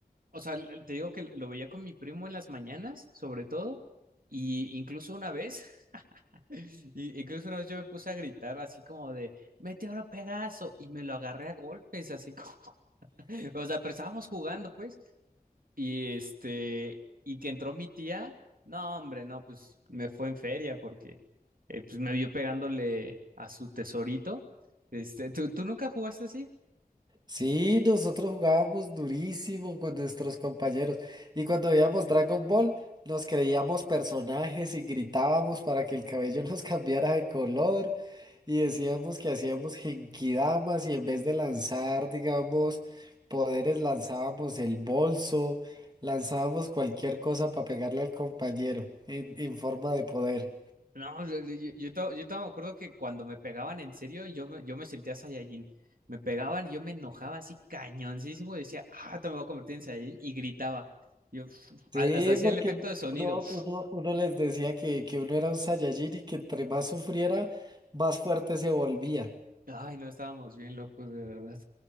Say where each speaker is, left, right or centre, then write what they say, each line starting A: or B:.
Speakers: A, on the right; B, on the right.
A: o sea, l- te digo que lo veía con mi primo en las mañanas, sobre todo, y incluso una vez, <laughs> y- incluso una vez yo me puse a gritar así como de, Meteoro Pegaso, y me lo agarré a golpes, así como, <laughs> o sea, pero estábamos jugando, pues. Y este, y que entró mi tía, no, hombre, no, pues me fue en feria porque eh, pues me vio pegándole a su tesorito. Este, ¿tú, tú nunca jugaste así?
B: Sí, nosotros jugábamos durísimo con nuestros compañeros y cuando veíamos Dragon Ball nos creíamos personajes y gritábamos para que el cabello nos <laughs> cambiara de color y decíamos que hacíamos genkidamas y en vez de lanzar, digamos, poderes lanzábamos el bolso, lanzábamos cualquier cosa para pegarle al compañero en, en forma de poder.
A: No, yo, yo, yo, to- yo todavía me acuerdo que cuando me pegaban en serio, yo, me- yo me sentía Saiyajin. Me pegaban y yo me enojaba así cañoncísimo y decía, ah, te me voy a convertir en Saiyajin y gritaba. Yo "Uf", a-
B: Sí,
A: hasta hacía
B: porque
A: el efecto de sonido.
B: uno,
A: "Uf".
B: uno, uno les decía que, que uno era un Saiyajin y que entre más sufriera, más fuerte se volvía.
A: Ay, no estábamos bien locos, de verdad.